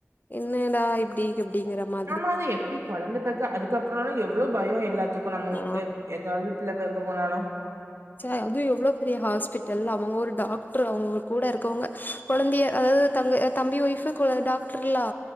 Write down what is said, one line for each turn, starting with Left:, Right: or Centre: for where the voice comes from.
Left: என்னடா இப்டி எப்டிங்கிறமா
Right: ஆமா அது எப்டி குழந்த போக்க அதுக்கப்புறலா எவ்ளோ பயோ எல்லாத்துக்கு நாம்மோ
Left: ஆ
Right: ஏ ஏதாவது பிள்ள பேக்க போனாலு
Left: ச அது எவ்ளோ பெரிய ஹாஸ்பிட்டல் அவங்க ஒரு டாக்டர் அவங்க கூட இருக்கவங்க குழந்தைய அதாவது தங்கை தம்பி ஒய்ஃப் குழந் டாக்டர்லா